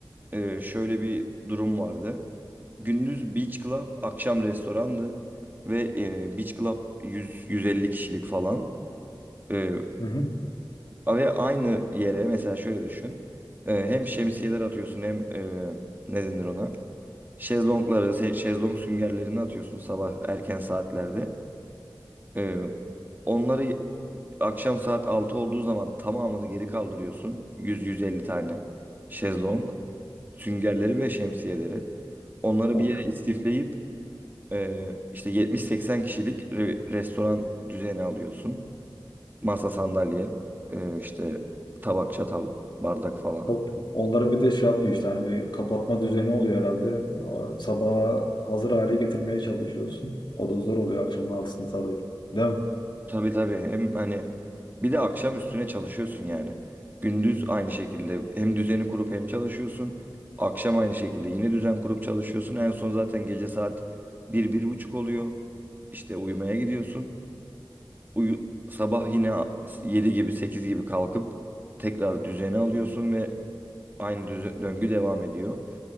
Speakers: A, on the right; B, on the left.
A: e, şöyle bir durum vardı. Gündüz beach club, akşam restorandı ve e, beach club 100-150 kişilik falan. E,
B: Hı hı.
A: ve aynı yere mesela şöyle düşün. E, hem şemsiyeler atıyorsun hem e, ne denir ona? Şezlongları, se- şezlong süngerlerini atıyorsun sabah erken saatlerde. Ee, onları akşam saat 6 olduğu zaman tamamını geri kaldırıyorsun. 100-150 tane şezlong, süngerleri ve şemsiyeleri. Onları
B: Of,
A: bir yere istifleyip e, işte 70-80 kişilik re- restoran düzeni alıyorsun. Masa, sandalye, e, işte tabak, çatal, bardak falan.
B: çok. Onlara bir de şey yapıyor işte hani bir kapatma düzeni oluyor herhalde. Sabaha hazır hale getirmeye çalışıyorsun. O da zor oluyor akşamın altısında tabii. Değil mi?
A: Tabii tabii hem hani bir de akşam üstüne çalışıyorsun yani. Gündüz aynı şekilde hem düzeni kurup hem çalışıyorsun. Akşam aynı şekilde yine düzen kurup çalışıyorsun. En son zaten gece saat bir, bir buçuk oluyor. İşte uyumaya gidiyorsun. Uyu, sabah yine 7 gibi 8 gibi kalkıp tekrar düzeni alıyorsun ve aynı düze- döngü devam ediyor.